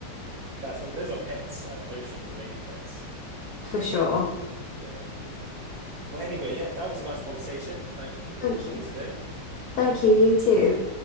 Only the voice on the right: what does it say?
That's those are pets and those should remain pets.
Yeah. Well, anyway, yeah, that was a nice conversation. Thank you for talking
to
me today.